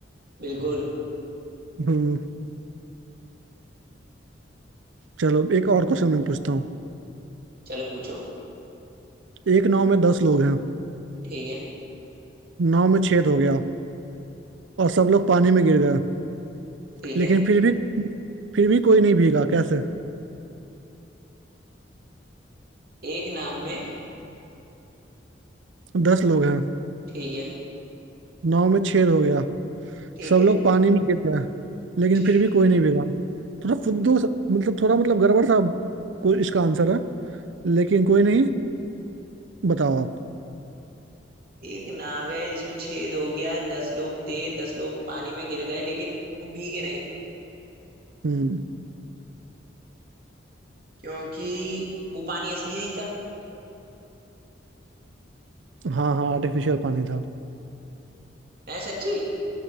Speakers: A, on the right; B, on the right.
A: बिल्कुल
B: हम्म चलो एक और क्वेश्चन मैं पूछता हूँ
A: चलो पूछो
B: एक नाव में दस लोग हैं
A: ठीक है
B: नाव में छेद हो गया और सब लोग पानी में गिर गए
A: ठीक
B: लेकिन
A: है
B: फिर भी फिर भी कोई नहीं भीगा कैसे
A: एक नाव में
B: दस लोग हैं
A: ठीक है
B: नाव में छेद हो गया
A: ठीक
B: सब
A: है
B: लोग पानी में गिर गए लेकिन
A: ठीक
B: फिर भी कोई नहीं भीगा थोड़ा फुद्दू सा- मतलब थोड़ा मतलब गड़बड़ सा कोई इसका आंसर है लेकिन कोई नहीं बताओ आप
A: एक नाव है जिसमें छेद हो गया दस लोग थे दस लोग पानी में गिर गए लेकिन वो भीगे नहीं
B: हम्म
A: क्योंकि वो पानी असली नहीं था
B: हाँ हाँ आर्टिफिशियल पानी था
A: है सच्ची